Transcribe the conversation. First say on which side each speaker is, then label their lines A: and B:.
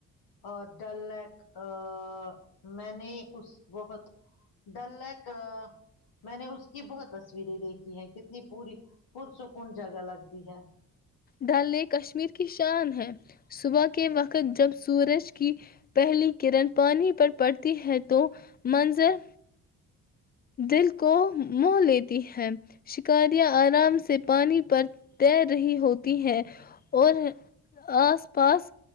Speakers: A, on the left; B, on the left.
A: اور ڈل لیک ا میں نے اس بہت ڈل لیک میں نے اس کی بہت تصویریں دیکھی ہیں کتنی پوری پرسکون جگہ لگتی ہے
B: ڈل ل کشمیر کی شان ہے صبح کے وقت جب سورج کی پہلی کرن پانی پر پڑتی ہے تو منظر دل کو مونہ لیتی ہیں شکاریاں آرام سے پانی پر تیر رہی ہوتی ہیں اور آس پاس